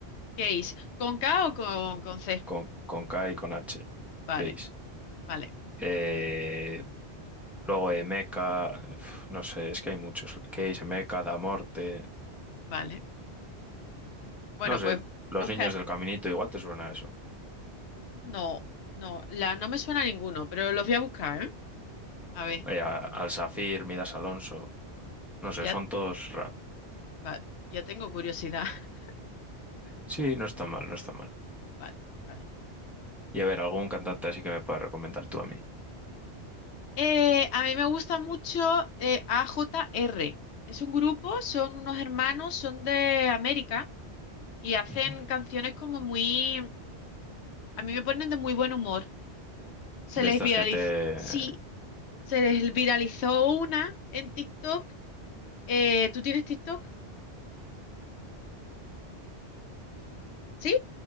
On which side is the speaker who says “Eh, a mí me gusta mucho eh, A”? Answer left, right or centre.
Left